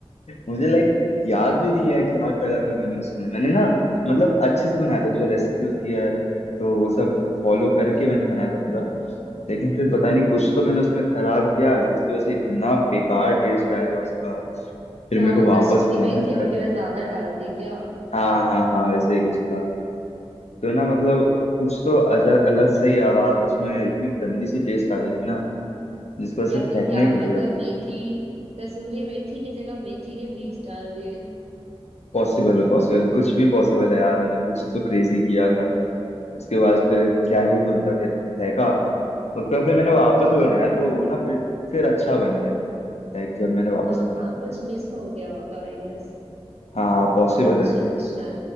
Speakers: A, on the left (about 85°); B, on the right (about 70°).
A: मुझे लाइक याद
B: अच्छा
A: भी नहीं है क्या करा था मैंने उसमें मैंने ना मतलब अच्छे से
B: हाँ
A: बनाया था जो रेसिपी होती है तो वो सब फॉलो करके मैंने बनाया था पूरा लेकिन फिर
B: हाँ
A: पता नहीं
B: हाँ।
A: कुछ तो मैंने उसमें खराब किया जिसकी वजह से इतना बेकार टेस्ट आया था उसका फिर
B: क्या
A: मेरे
B: हुआ
A: को वापस
B: कसूरी
A: बनाना
B: मेथी
A: पड़ा
B: वगैरह ज्यादा डाल दी क्या
A: हाँ हाँ हाँ वैसे ही कुछ था तो ना मतलब कुछ तो अजा- अलग सा ही आवाज उसमें इतनी गंदी सी टेस्ट आ गई थी ना जिसकी वजह
B: या
A: से
B: फिर
A: फेंकना
B: क्या
A: ही पड़
B: पता
A: गया पूरा।
B: मेथी कसूरी मेथी की जगह मेथी के बीज डाल दिए
A: पॉसिबल है पॉसिबल कुछ भी पॉसिबल है यार मैंने कुछ तो क्रेजी किया था उसके बाद फिर क्या ही बोलता फिर फेंका उसका फिर मैंने वापस से बनाया तो वो ना फिर फिर अच्छा बन गया लाइक जब मैंने वापस
B: हाँ
A: से बनाया
B: हाँ कुछ मिस हो गया होगा आई गेस
A: हाँ पॉसिबल
B: अच्छा
A: है
B: अच्छा